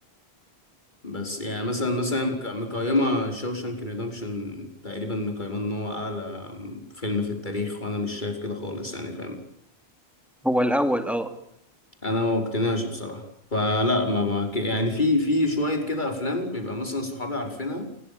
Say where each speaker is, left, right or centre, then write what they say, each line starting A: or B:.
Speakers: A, on the left; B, in the centre.
A: بس يعني مثلا مثلا مك- مقيمة شوشانك ريدمشن تقريبا مقيمة ان هو اعلى فيلم في التاريخ وانا مش شايف كده خالص يعني فاهم
B: هو الاول اه
A: انا ما اقتنعش بصراحة فلا ما ما- ك- يعني في في شوية كده افلام بيبقى مثلا صحابي عارفينها